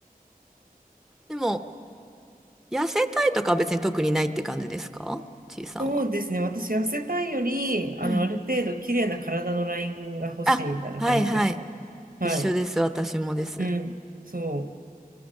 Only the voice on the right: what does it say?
そうですね、私、痩せたいより、あの、
ある程度綺麗な体のラインが欲しいみたいな感じです。
はい。
うん、そう。